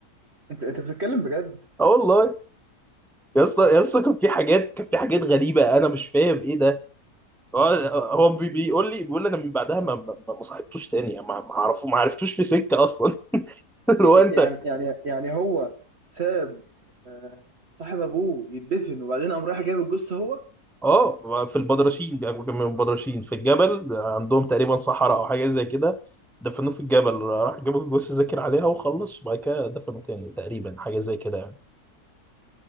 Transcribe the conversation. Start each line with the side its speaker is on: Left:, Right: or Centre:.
Right: انت انت بتتكلم بجد
Centre: اه والله يا اسطى يا اسطى كان في حاجات كان في حاجات غريبه انا مش فاهم ايه ده هو هو بي- بيقول لي بيقول لي انا من بعدها ما ما ما صاحبتوش تاني ما ما عرفوه ما عرفتوش في سكه اصلا <laughs> اللي
Right: ي- ي-
Centre: هو انت
Right: يعني يعني يعني هو ساب آه، صاحب ابوه يدفن وبعدين قام رايح جايب الجثه هو
Centre: اه في البدرشين بياكلوا جنب البدرشين في الجبل عندهم تقريبا صحراء او حاجه زي كده دفنوه في الجبل راح جابوا جثه ذاكر عليها وخلص وبعد كده دفنوا تاني تقريبا حاجه زي كده يعني